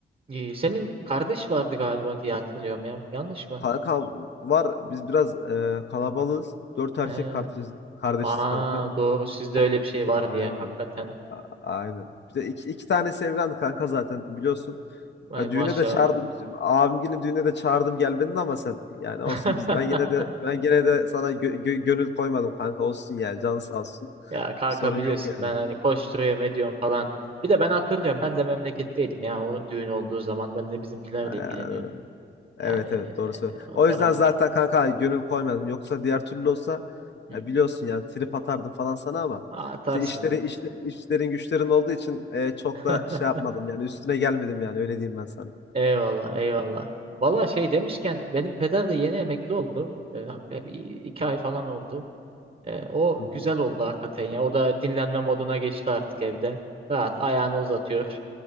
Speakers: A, on the right; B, on the left.
A: İyi, Senin kardeş vardı galiba diye hatırlıyorum ya. Yanlış mı?
B: Kankam var. Biz biraz e, kalabalığız. Dört erkek
A: He.
B: kardeşiz, kardeşiz
A: Aa
B: kanka.
A: doğru sizde öyle bir şey vardı
B: Aynen.
A: ya hakikaten.
B: Aynen. Bir de iki, iki tane evlendi kanka zaten biliyorsun.
A: Vay
B: Ya
A: maşallah.
B: düğüne de çağırdım. Abim günü düğüne de çağırdım gel beni de ama sen yani
A: <laughs>
B: olsun biz ben gene de ben gene de sana gö- gö- gönül koymadım kanka olsun yani canın sağ olsun.
A: Ya kanka
B: Sorun
A: biliyorsun
B: yok yani.
A: ben hani koşturuyorum ediyorum falan. Bir de ben hatırlıyorum ben de memleketteydim ya o düğün olduğu zaman ben de bizimkilerle
B: Yani
A: ilgileniyordum.
B: evet
A: Yani e,
B: evet doğru söylüyorsun.
A: o
B: O
A: taraf.
B: yüzden zaten kanka gönül koymadım. Yoksa diğer türlü olsa
A: Hı.
B: ya biliyorsun yani trip atardım falan sana ama
A: Atarsın.
B: işte işleri işte işlerin güçlerin olduğu için e, çok
A: <laughs>
B: da şey yapmadım yani üstüne gelmedim yani öyle diyeyim ben sana.
A: Eyvallah eyvallah. Valla şey demişken benim peder de yeni emekli oldu. Ee, hakikaten bir iki ay falan oldu. Ee, o
B: Hı
A: güzel
B: hı.
A: oldu hakikaten ya. O da dinlenme moduna geçti artık evde. Rahat ayağını uzatıyor.